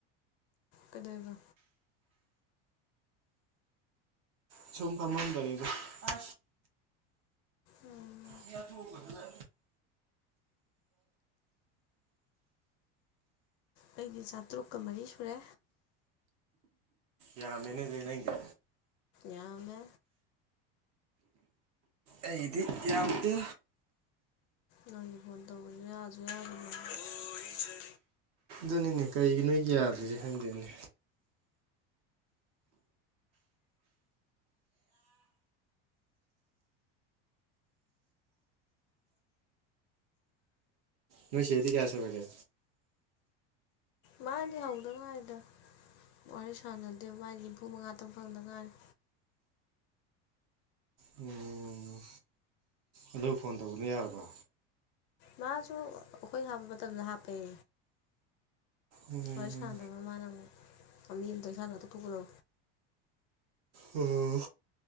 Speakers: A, on the left; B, on the right.
A: ꯀꯗꯕ
B: ꯁꯨꯝ ꯐꯝꯃꯝꯕꯅꯤꯗ ꯑ
A: ꯎꯝ
B: ꯃꯤ ꯇꯒꯗ
A: ꯑꯩꯗꯤ ꯆꯥꯇꯔꯨꯛꯀ ꯃꯔꯤ ꯁꯨꯔꯦ
B: ꯌꯥ ꯃꯦꯅꯦ ꯑꯗꯨ ꯅꯩꯗꯦ
A: ꯌꯥꯝꯃꯦ
B: ꯑꯩꯗꯤ ꯌꯥꯝꯗꯦ
A: ꯅꯪꯒꯤ ꯐꯣꯟ ꯇꯧꯕꯁꯨ ꯌꯥꯥꯁꯨ ꯌꯥꯗ <unintelligible>
B: ꯗꯨꯅꯤꯅꯦ ꯀꯔꯤꯒꯤ ꯅꯣ ꯌꯥꯗꯣꯏꯔꯤꯖꯦ ꯈꯪꯗꯦꯅꯦ ꯅꯣꯏ ꯆꯦꯗꯤ ꯀꯌꯥ ꯁꯨꯔꯒꯦ
A: ꯃꯥꯗꯤ ꯍꯧꯗ ꯉꯥꯏꯗ ꯋꯥꯔꯤ ꯁꯥꯟꯅꯗꯦꯕꯥꯥꯏ ꯅꯤꯐꯨ ꯃꯉꯥ ꯇꯪ ꯐꯪꯗꯉꯥꯏꯔꯦ
B: ꯎꯝ ꯑꯗꯨ ꯐꯣꯟ ꯇꯧꯕꯅ ꯌꯥꯔꯕ
A: ꯃꯥꯁꯨ ꯑꯈꯣꯏ ꯍꯥꯞꯄ ꯃꯇꯝꯗ ꯍꯥꯞꯄꯩ
B: ꯎꯝ
A: ꯍꯣꯏ ꯁꯥꯟꯅꯗꯕ ꯃꯥꯅ ꯑꯃꯨꯛ ꯃꯤ ꯑꯝꯇꯪ ꯁꯥꯟꯅ ꯇꯣꯛꯊꯣꯛꯄꯗꯣ
B: ꯑꯣ